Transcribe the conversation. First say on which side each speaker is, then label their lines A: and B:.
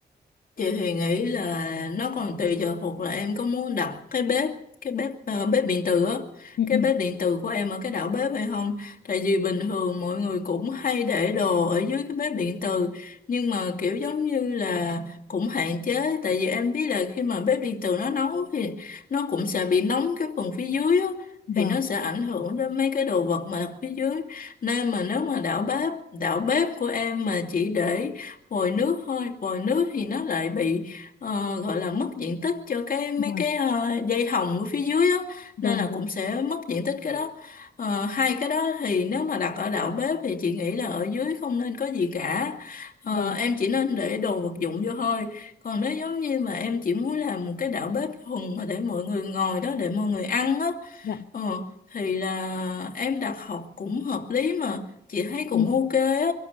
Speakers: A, on the left; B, on the left.
A: Chị thì nghĩ là nó còn tùy giờ thuộc là em có muốn đặt cái bếp cái bếp ờ, bếp điện tử á
B: ừ,
A: cái
B: ừ.
A: bếp điện tử của em ở cái đảo bếp hay không tại vì bình thường mọi người cũng hay để đồ ở dưới cái bếp điện tử nhưng mà kiểu giống như là cũng hạn chế tại vì em biết là khi mà bếp điện tử nó nấu thì nó cũng sẽ bị nóng cái phần phía dưới á
B: vâng
A: thì nó sẽ ảnh hưởng đến mấy cái đồ vật mà đặt phía dưới nên mà nếu mà đảo bếp đảo bếp của em mà chỉ để vòi nước thôi vòi nước thì nó lại bị ờ, gọi là mất diện tích cho cái mấy
B: vâng
A: cái ờ, dây thòng ở phía dưới á
B: vâng
A: nên là
B: vâng
A: cũng sẽ mất diện tích cái đó Ờ, hai cái đó thì nếu mà đặt ở đạo bếp thì chị nghĩ là ở dưới không nên có gì cả
B: vâng
A: Ờ, em chỉ nên để đồ vật dụng vô thôi còn nếu giống như mà em chỉ muốn làm một cái đạo bếp thuần mà để mọi người ngồi đó để mọi người ăn á
B: dạ
A: ờ, thì là em đặt học cũng hợp lý mà chị thấy cũng
B: Ừ.
A: ok á